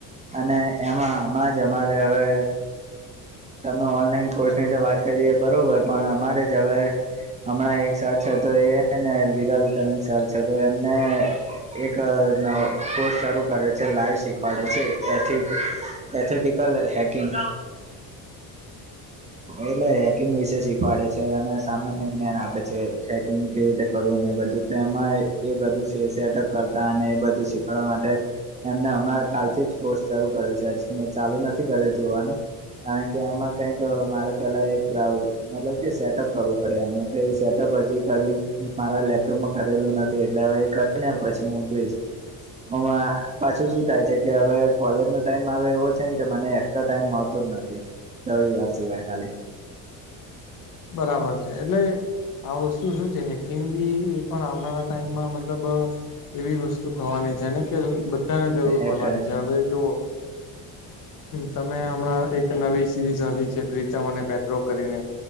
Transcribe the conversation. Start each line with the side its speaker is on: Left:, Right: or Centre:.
Right: અને એમાં આમાં જ અમારે હવે તમે ઓનલાઈન કોર્સ ની તો વાત કરીએ બરોબર પણ અમારે જ હવે હમણાં એક સર છે તે અને વિરલ સર છે તો એમને એક નવ કોર્સ શરૂ કરે છે, લાઈવ શીખવાડે છે એથી એથેટિકલ હેકિંગ. એટલે હેકિંગ વિશે શીખવાડે છે અને સામાન્ય જ્ઞાન આપે છે હેકિંગ કેવી રીતે કરવું ને બધું. તેમાં એ બધું સેટઅપ કરતા અને એ બધું શીખડવા માટે એમને હમણાં કાલથી જ કોર્સ શરૂ કર્યો છે હજુ મેં ચાલુ નથી કર્યો જોવાનું. કારણ કે એમાં કઈક મારે પેલા એક બ્રાઉઝ મતલબ કે સેટઅપ કરવું પડે એમ એટલે એ સેટઅપ હજી કરીયુ મારા લેપટોપમાં કરેલું નથી એટલે હવે ક અને પછી હું જોઈશ આમાં પાછું શું થાય છે કે હવે કોલેજ નો ટાઈમ મારો એવો છે કે મને એક્સ્ટ્રા ટાઈમ મળતો જ નથી રવિવાર સિવાય ખાલી
Left: બરાબર છે એટલે આ વસ્તુ શું છે હેકિંગ બી એ પણ આવનારા ટાઈમમાં મતલબ એવી વસ્તુ થવાની છે ને કે બધાને જરૂર
Right: હેક
Left: પડવાની
Right: કરીને
Left: છે હવે જો તમે હમણાં એક નવી સિરીઝ આવી છે પ્રીતમ અને પેદ્રો કરીને